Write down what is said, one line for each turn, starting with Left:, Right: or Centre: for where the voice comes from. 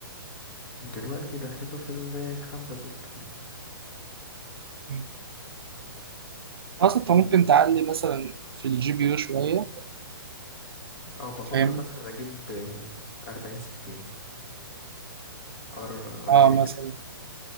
Left: دلوقتي داخله في الخمسة ستة
Right: مم. اصلا انت ممكن تعلي مثلا في الجي بي يو شويه
Left: اه بفكر
Right: فاهمني
Left: مثلا اجيب أربعين ستين ار ار
Right: اه
Left: تي اكس
Right: مثلا